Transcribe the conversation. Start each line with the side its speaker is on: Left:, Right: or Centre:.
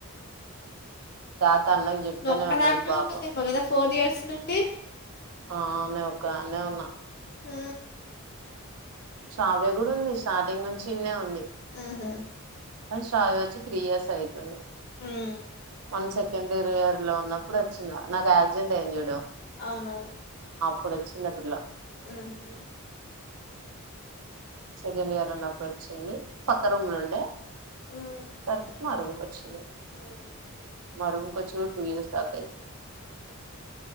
Right: తాత అన్నకి చెప్తూనే
Left: నువ్వు ఒక్కదానివే
Right: ఉన్నాడు పాపం
Left: ఉన్నావేమో కదా ఫోర్ ఇయర్స్ నుండి
Right: ఆ న ఒకా దానే ఉన్నా
Left: ఆ
Right: శ్రవ్య కూడా ఉంది స్టా టింగ్ నుంచి ఉంది
Left: ఆహా
Right: శ్రావ్య వచ్చి త్రీయర్స్ అయితుంది
Left: ఉమ్
Right: వంస సెకండర్ ఇయర్ లో ఉన్నప్పుడు వచ్చిందా నాకు ఆర్జెంట్ ఏం చూడు
Left: అవునవును
Right: ఇప్పుడ వచ్చిన పిల్ల
Left: ఆహా
Right: సెకండ్ ఇయర్ అన్నప్పు వచ్చింది పక్క రూమ్ లో ఉండే
Left: ఉమ్, ఉమ్,
Right: తర్వాత మా రూమ్కి వచ్చింది
Left: ఉమ్,
Right: మా రూమ్కి వచ్చి టూ ఇయర్స్ దాకా అయితే